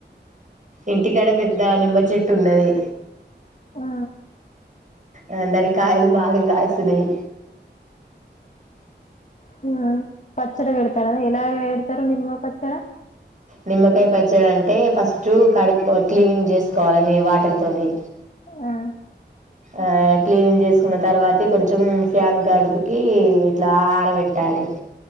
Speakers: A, on the right (about 40°); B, on the left (about 40°).
A: ఇంటికాడ పెద్ద నిమ్మ చెట్టు ఉన్నది.
B: ఆ
A: ఆ దనిక్ కాయలు బాగా గాసినాయి
B: హుహ్ పచ్చడ పెడతారా? ఎలా! వెడతారు నిమ్మ పచ్చడ?
A: నిమ్మకాయ పచ్చడంటే. ఫస్టు కడుకోన్ క్లీనింగ్ చేసుకోవాలన్నీ. వాటర్ తోని
B: ఆ
A: ఆ క్లీనింగ్ చేసుకున్న తర్వాత కొంచెం. ఫ్యాన్ గడుపుకి ఇట్లా ఆరబెట్టాలి.